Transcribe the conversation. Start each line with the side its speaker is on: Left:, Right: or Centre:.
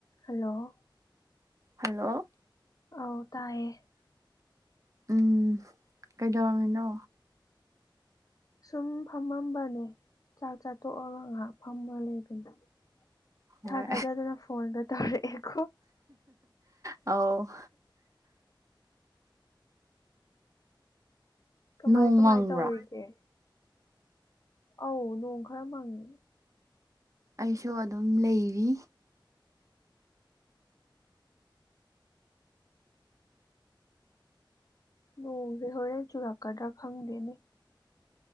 Left: Hello
Right: hello
Left: ꯑꯧ ꯇꯥꯏꯌꯦ
Right: ꯎꯝ ꯀꯩꯗꯧꯔꯝꯃꯤꯅꯣ
Left: ꯁꯨꯝ ꯐꯝꯃꯝꯕꯅꯦ ꯆꯥꯛ ꯆꯥꯊꯣꯛꯑꯒ ꯉꯥꯏꯍꯥꯛ ꯐꯝꯃ ꯂꯩꯕꯅꯤꯗꯥ
Right: ꯍꯣꯏ
Left: ꯏꯊꯥ ꯊꯥꯖꯗꯅ ꯐꯣꯟꯒ ꯇꯧꯔꯛꯑꯦꯀꯣ
Right: ꯑꯧ
Left: ꯀꯃꯥꯏ
Right: ꯅꯣꯡ
Left: ꯀꯃꯥꯏ
Right: ꯃꯪꯕ꯭ꯔꯥ
Left: ꯇꯧꯔꯤꯒꯦ ꯑꯧ ꯅꯣꯡ ꯈꯔ ꯃꯪꯉꯦ
Right: ꯑꯩꯁꯨ ꯑꯗꯨꯝ ꯂꯩꯔꯤ
Left: ꯅꯣꯡꯖꯦ ꯍꯣꯔꯦꯟ ꯆꯨꯔꯛꯀꯗ꯭ꯔꯥ ꯈꯪꯗꯦꯅꯦ